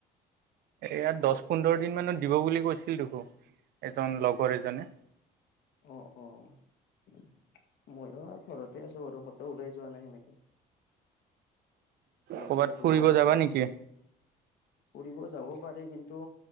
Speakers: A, on the right; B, on the left.
A: এয়া দহ পোন্ধৰ দিন মানত দিব বুলি কৈছিল দেখোন এজন লগৰ এজনে
B: অহ অহ মইয়ো ঘৰতে আছো বাৰু কত ওলাই যোৱা নাই সেনেকে ঘৰতে
A: ক'ৰবাত
B: বৰ
A: ফুৰিব
B: হৈ আছ
A: যাবা
B: অহ
A: নেকি?
B: ফুৰিব যাবও পাৰি কিন্তু